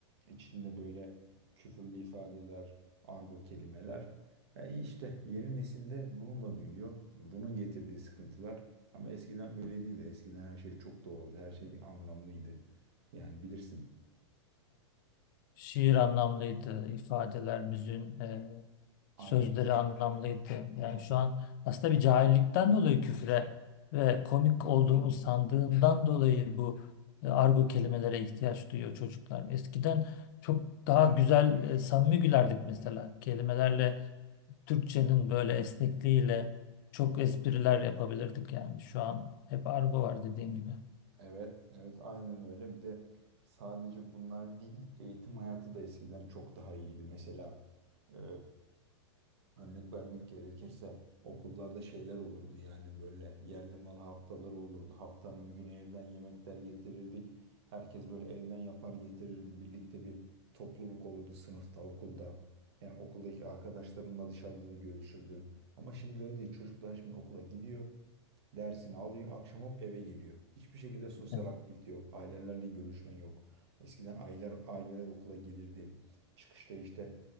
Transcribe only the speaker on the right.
İçinde böyle küfürlü ifadeler, argo kelimeler. E işte yeni nesilde bununla büyüyor. E Bunun getirdiği sıkıntılar. Ama eskiden böyle değildi. Eskiden her şey çok doğaldı. Her şey bir anlamlıydı. Yani bilirsin.
Aynen.
Evet, evet aynen öyle. Bir de sadece bunlar değil, eğitim hayatı da eskiden çok daha iyiydi. Mesela e, örnek vermek gerekirse okullarda şeyler olurdu yani böyle yerli mal haftaları olurdu. Haftanın bir günü evden yemekler getirirdik. Herkes böyle evden yapar getirirdi. Birlikte bir topluluk olurdu sınıfta, okulda. Yani okuldaki arkadaşlarınla dışarıda da görüşürdün. Ama şimdi öyle değil. Çocuklar şimdi okula gidiyor. Dersini alıyor, akşam hop eve geliyor. Hiçbir şekilde sosyal
aktivite yok. Ailelerle görüşme yok. Eskiden aileler, aileler okula gelirdi. Çıkışta işte